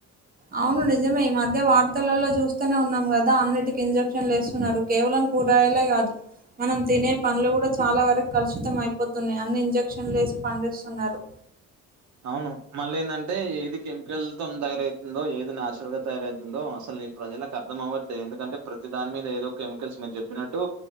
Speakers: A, on the right; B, on the right.
A: అవును నిజమే ఈ మధ్య వార్తలలో చూస్తూనే ఉన్నాం కదా అన్నింటికి ఇంజక్షన్లు వేస్తున్నారు కేవలం కూరగాయలే కాదు మనం తినే పండ్లు కూడా చాలా వరకు కలుషితం అయిపోతుంది అయిపోతున్నాయి అన్ని ఇంజక్షన్ వేసి పండిస్తున్నారు
B: అవును మళ్ళీ ఏంటంటే ఏది కెమికల్ తో తయారవుతుందో ఏది నాచురల్ గా తయారవుతుందో అసలు ప్రజలకు అర్థం అవ్వట్లేదు ఎందుకంటే ప్రతి దాని మీద ఏదో కెమికల్స్ మీరు చెప్పినట్టు